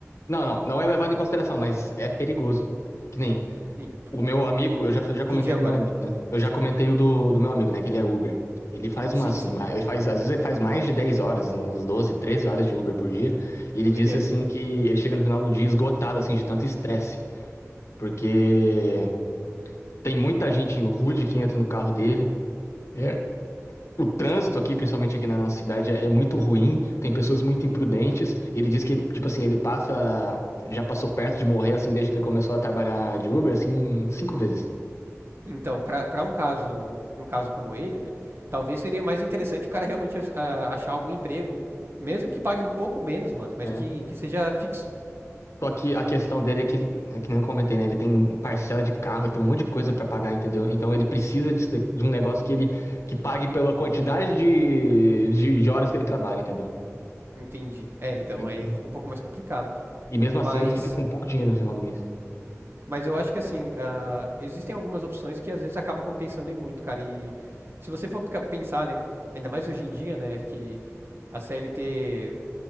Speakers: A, on the left; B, on the right.
A: Não, não, não é levado em consideração, mas é perigoso. Que nem
B: Sim.
A: O meu amigo, eu já, já
B: Entendi
A: comentei
B: agora.
A: do meu amigo, né? Eu já comentei o do, do meu amigo, né? Que ele é Uber. Ele faz
B: Sim,
A: umas.
B: sim.
A: ma- Ele faz, às vezes ele faz mais de 10 horas, uns 12 13 horas de Uber por dia. E
B: Doideira.
A: ele disse assim que ele chega no final do dia esgotado, assim, de tanto estresse. Porque tem muita gente rude que entra no carro dele. É, o trânsito aqui, principalmente aqui na nossa cidade, é, é muito ruim. Tem pessoas muito imprudentes. E ele disse que ele, tipo assim, ele passa. Ele já passou perto de morrer, assim, desde que ele começou a trabalhar de Uber, assim, cinco vezes.
B: Então, pra pra um caso, um caso como ele, velho, talvez seria mais interessante o cara realmente ach- a- achar algum emprego, mesmo que pague um pouco menos, mano, mas
A: É.
B: que, que seja fixo.
A: Só que a questão dele é que ele, é que nem eu comentei, né? Ele tem parcela de carro, ele tem um monte de coisa pra pagar, entendeu? Então ele precisa de de, um negócio que ele que pague pela quantidade de, de, de horas que ele trabalha, entendeu?
B: Entendi. É, então
A: E,
B: aí fica um pouco mais complicado.
A: e mesmo
B: Mas,
A: assim ele fica com pouco dinheiro no final do mês.
B: mas eu acho que assim, ah, existem algumas opções que às vezes acaba compensando em muito, cara. E se você for pica- pensar, né, ainda mais hoje em dia, né, que a CLT